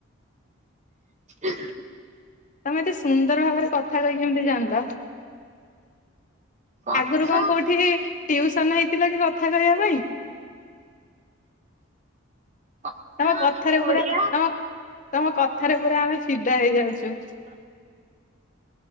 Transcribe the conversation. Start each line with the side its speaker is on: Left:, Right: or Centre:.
Right: ହ <inaudible>
Left: ତମେ ଏତେ ସୁନ୍ଦର ଭାବରେ କଥା କହିକି କେମତି ଜାଣିଲ?
Right: କଥା
Left: ଆଗରୁ କଣ କୋଉଠି ଟିଉସନ ହେଇଥିଲ କି କଥା କହିବା ପାଇଁ?
Right: କଥା
Left: ତମ କଥାରେ
Right: ଆମେ
Left: ପୁରା
Right: ଓଡିଆ
Left: ତମ ତମ କଥ କଥାରେ ପୁରା ଆମେ ଫିଦା ହେଇଯାଉଛୁ।
Right: <inaudible>